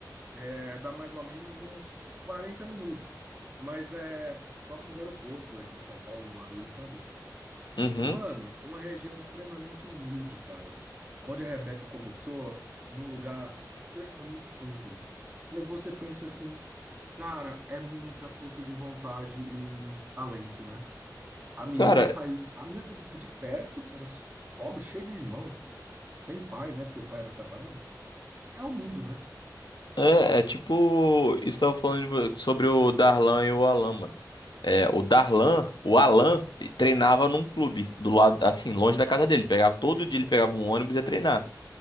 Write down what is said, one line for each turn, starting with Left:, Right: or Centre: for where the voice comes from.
Right: É, dá mais ou menos uns 40 minutos. Mas é próximo do aeroporto daqui de São Paulo, em Guarulhos, sabe?
Left: Uhum.
Right: E, mano, uma região extremamente humilde, cara. Onde a Rebeca começou, num lugar extremamente simples. Aí você pensa assim, cara, é muita força de vontade e talento, né? A menina
Left: Cara,
Right: saiu, a menina saiu daqui de perto, cara, so- pobre, cheia de irmão, sem pai, né? Porque o pai era separado. É o mundo, né?
Left: é, é tipo, estava falando de- sobre o Darlan e o Alan, mano. É, o Darlan, o Alan, ele treinava num clube do lado, assim, longe da casa dele. Pegava todo dia, ele pegava um ônibus e ia treinar.